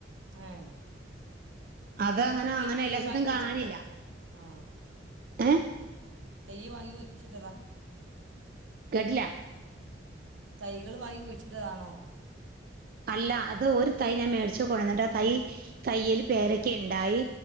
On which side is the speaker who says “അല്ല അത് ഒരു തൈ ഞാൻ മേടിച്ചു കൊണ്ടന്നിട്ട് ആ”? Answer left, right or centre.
Right